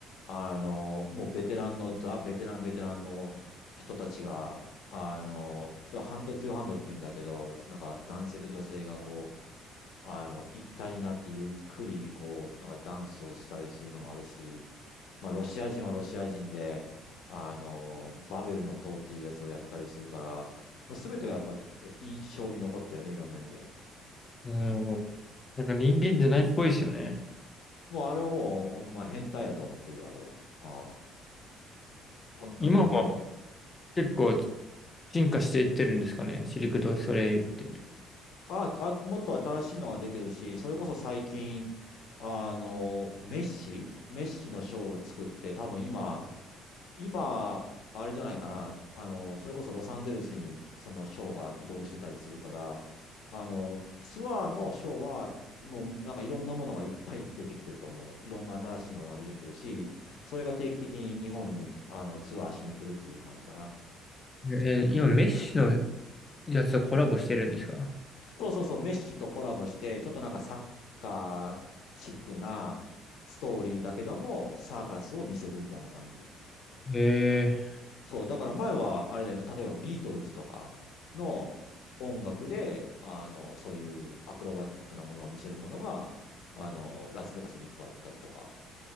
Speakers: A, on the left; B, on the left.
A: あの、もうベテランの、ザ・ベテラン、ベテランの人たちが、あの、ハンドトゥーハンドって言うんだけど、なんか男性と女性がこう、あの、一体になってゆっくりこう、なんかダンスをしたりするのもあるし、まあ、ロシア人はロシア人で、あの、バベルの塔っていうやつをやってたりするから、すべてがやっぱ印象に残ってるね、いろんな意味で。
B: うん。なんか人間じゃないっぽいですよね。
A: もうあれはもうほんま変態やと思ってるよ、あれは。ああ、本当にいろんな意味で。
B: 今も結構進化していってるんですかね、シルク・ドゥ・ソレイユって。
A: ああ、もっと新しいのが出てるし、それこそ最近、あの、メッシメッシのショーを作って、多分今、今、あれじゃないかな。あの、それこそロサンゼルスにそのショーが移動してたりするから、あの、ツアーのショーは、もうなんかいろんなものがいっぱい出てきてると思うよ。いろんな新しいものが出てきてるし、それが定期的に日本にあのツアーしに来るっていう感じかな。
B: えー今、メッシのやつとコラボしてるんですか
A: そうそうそう、メッシとコラボして、ちょっとなんかサッカーチックなストーリーだけども、サーカスを見せるみたいな感じ。
B: へえ、
A: そう、だから前はあれだよね、例えばビートルズとかの音楽で、あの、そういうアクロバティックなものを見せるものが、あの、ラスベガスに1個あったりとか、